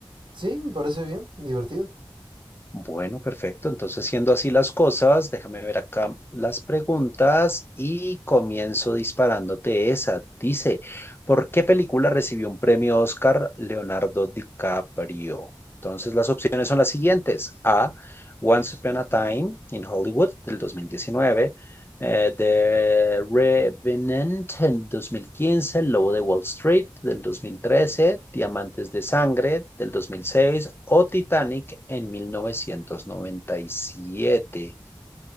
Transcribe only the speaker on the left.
Bueno, perfecto. Entonces, siendo así las cosas, déjame ver acá las preguntas y comienzo disparándote esa. Dice, ¿por qué película recibió un premio Oscar Leonardo DiCaprio? Entonces, las opciones son las siguientes. A, Once Upon a Time in Hollywood del 2019 eh, The Revenant en 2015, El Lobo de Wall Street del 2013, Diamantes de Sangre del 2006 o Titanic en 1997.